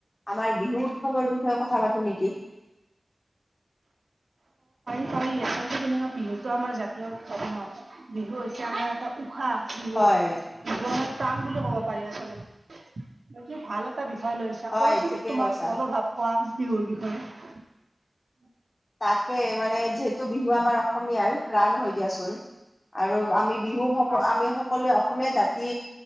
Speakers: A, on the left; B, on the right.
A: আমাৰ বিহু উৎসৱৰ বিষয়ে কথা পাতো। নেকি?
B: ত আচলতে কেনেকুৱা বিহুটো আমাৰ জাতীয় উৎসৱ ন বিহু হৈছে আমাৰ এটা উশাহ। বিহু
A: হয়
B: বিহু আমাৰ প্ৰাণ বুলি ক'ব পাৰি আচলতে কি ভাল এটা ভয় লৈছা
A: হয়
B: কোৱাচোন
A: ঠিকেই
B: তোমাক
A: কৈছা।
B: অলপ ভাৱ কোৱা বিহুৰ বিষয়ে? <inaudible>
A: তাকে মানে যিহেতু বিহু আমাৰ অসমীয়াৰ প্ৰাণ হয় দিয়াচোন। আৰু আমি বিহু
B: হয়।
A: সক আমি সকলোৱে অসমীয়া জাতি